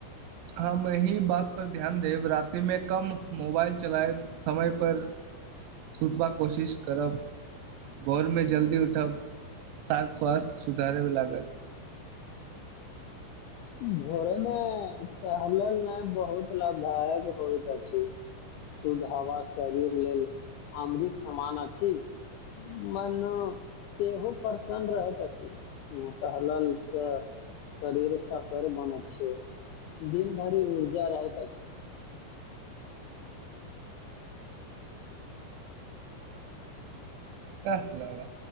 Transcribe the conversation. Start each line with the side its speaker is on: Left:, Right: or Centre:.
Right: हम एहिही बात पर ध्यान देब रातिमे कम मोबाइल चलायब समय पर सुतबाक कोशिश करब भोरमे जल्दी उठब साथ स्वास्थ्य सुधारेमे लागत
Left: भोरे मे टहलल न बहुत लाभदायक होइत अछि शुद्ध हवा शरीर लेल अमृत समान अछि मन सेहो प्रसन्न रहैत अछि टहलल स शरीर स कर बन छै दिन भरि ऊर्जा रहता छै।
Right: कल ओ।